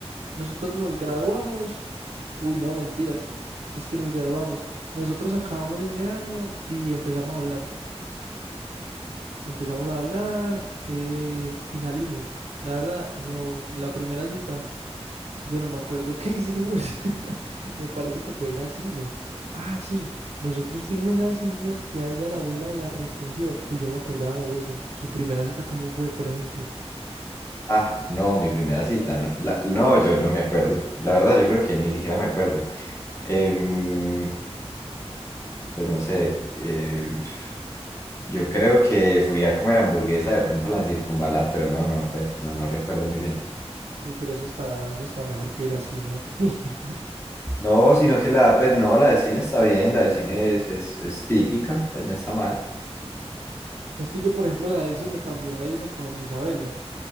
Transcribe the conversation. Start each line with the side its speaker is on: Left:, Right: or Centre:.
Right: nosotros nos graduamos, uy, no, mentiras, es que nos graduamos, nosotros acabamos ese año y empezamos a hablar, empezamos a hablar eh, y salimos. La verdad, no, la primera cita. Yo no me acuerdo qué hicimos. <laughs> Me parece que fue ir a cine. Ah, sí, nosotros fuimos a cine y a ella la abuela la recogió. Uy, yo no me acordaba de eso. Su primera cita, ¿cómo fue, por ejemplo?
Left: Ah, no, mi primera cita. No, la- no, yo no me acuerdo. La verdad, yo creo que ni siquiera me acuerdo. Em, Pues no sé, eh, yo creo que fui a comer hamburguesa de pronto la circunvalar, pero no, no, pues no, no recuerdo muy bien.
Right: Uy, pero esa está, esa está mejor que ir a cine. ok. <laughs>
Left: No, sino que la, pues no, la del cine está bien, la del cine es, es, es típica, pues no está mal.
Right: Es que yo, por ejemplo, la del cine también la hice con Isabela.